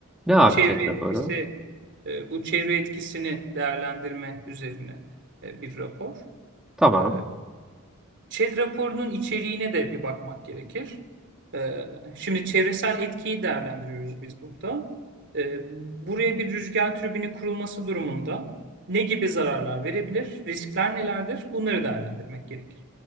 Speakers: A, in the centre; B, on the right.
A: Ne abi
B: Çevre
A: chat
B: etkisi,
A: raporu?
B: e, bu çevre etkisini değerlendirme üzerine e, bir rapor.
A: Tamam.
B: E, ÇED raporunun içeriğine de bir bakmak gerekir. E, Şimdi çevresel etkiyi değerlendiriyoruz biz burada. E, Buraya bir rüzgar türbini kurulması durumunda ne gibi zararlar verebilir, riskler nelerdir? Bunları değerlendirmek gerekir.